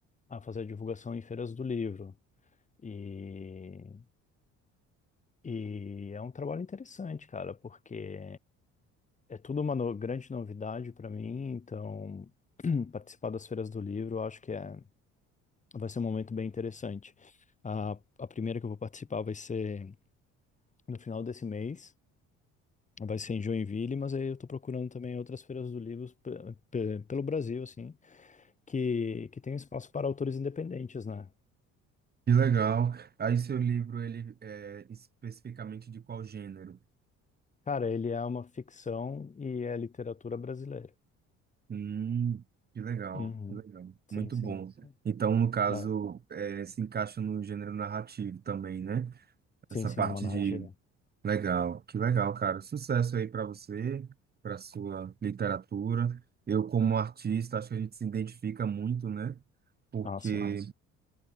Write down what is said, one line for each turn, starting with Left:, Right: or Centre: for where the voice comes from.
Left: a fazer a divulgação em feiras do livro. E, e é um trabalho interessante, cara, porque é tudo uma no- grande novidade para mim, então <clears throat> participar das feiras do livro, eu acho que é. Vai ser um momento bem interessante. A, a primeira que eu vou participar vai ser no final desse mês, vai ser em Joinville, mas aí eu estou procurando também outras feiras do livro pe- pe- pelo Brasil, assim, que, que tem espaço para autores independentes, né?
Right: Que legal. Aí, seu livro, ele é especificamente de qual gênero?
Left: Cara, ele é uma ficção e é literatura brasileira.
Right: Hum, que legal,
Left: Uhum.
Right: que legal. Muito
Left: Sim, sim,
Right: bom.
Left: sim.
Right: Então, no caso,
Left: É,
Right: é, se encaixa no gênero narrativo também, né?
Left: sim,
Right: Essa
Left: sim,
Right: parte
Left: é uma narrativa.
Right: de. Legal, que legal, cara. Sucesso aí para você, para sua literatura. Eu, como artista, acho que a gente se identifica muito, né? Porque.
Left: Ah, sim.